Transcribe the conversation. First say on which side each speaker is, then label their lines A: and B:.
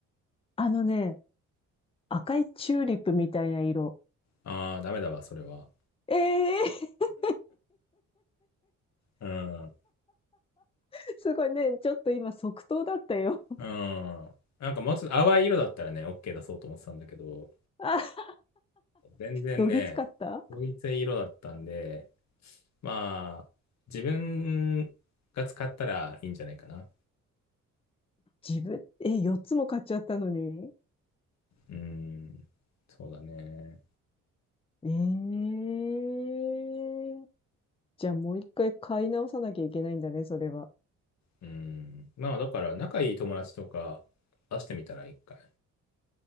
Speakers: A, on the left; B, on the left.
A: あのね、赤いチューリップみたいな色。
B: ああ、ダメだわ、それは。
A: ええー
B: うん。
A: <laughs> すごいね、ちょっと今即答だったよ。
B: うん。なんかもうちょっと淡い色だったらね、OK 出そうと思ってたんだけど、
A: あ、
B: 全然ね、
A: どぎつかった
B: 統一色だったんで、まあ、自分が使ったらいいんじゃないかな。
A: 自分、え、4つも買っちゃったのに
B: うん。そうだね。
A: ええーじゃあもう一回買い直さなきゃいけないんだね、それは。
B: うん。まあ、だから、仲いい友達とか出してみたら一回。